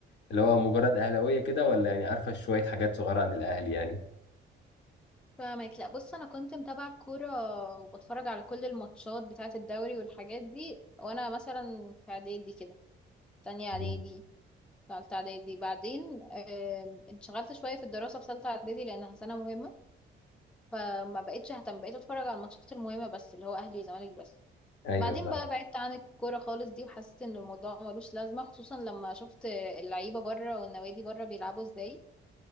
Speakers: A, on the left (about 65°); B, in the centre.
A: اللي هو مجرد اهلاويه كده ولا يعني عارفه شويه حاجات صغيره عن الاهلي يعني
B: فاهمك لا بص انا كنت متابعه الكوره وبتفرج على كل الماتشات بتاعه الدوري والحاجات دي وانا مثلا في اعدادي كده تانية اعدادي
A: مم.
B: تالتة اعدادي بعدين آم، انشغلت شويه في الدراسه في تالتة اعدادي لانها سنه مهمه فما بقتش اهتم بقيت اتفرج على الماتشات المهمه بس اللي هو اهلي وزمالك بس
A: ايوه
B: بعدين
A: فاهم
B: بقى بعدت عن الكوره خالص دي وحسيت ان الموضوع ملوش لازمه خصوصا لما شفت اللعيبه بره والنوادي بره بيلعبوا ازاي